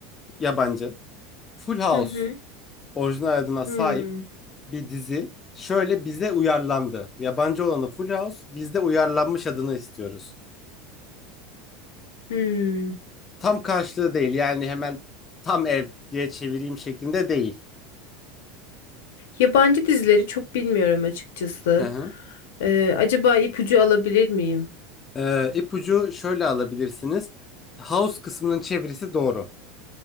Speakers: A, on the left (about 20°); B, on the left (about 85°).
A: yabancı. Full House
B: Hı hı.
A: orijinal adına
B: Hmm.
A: sahip bir dizi. Şöyle bize uyarlandı. Yabancı olanı Full House, bizde uyarlanmış adını istiyoruz.
B: Hmm.
A: Tam karşılığı değil yani hemen tam ev diye çevireyim şeklinde değil.
B: Yabancı dizileri çok bilmiyorum açıkçası.
A: Hı hı.
B: Ee, acaba ipucu alabilir miyim?
A: Ee, ipucu şöyle alabilirsiniz. House kısmının çevirisi doğru.